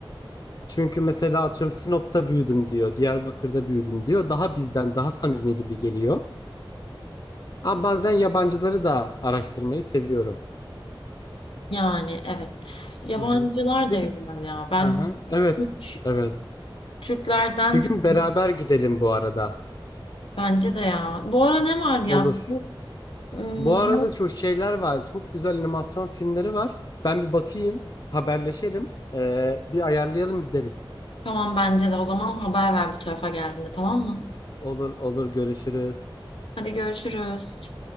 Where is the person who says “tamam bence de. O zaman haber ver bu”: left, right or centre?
Left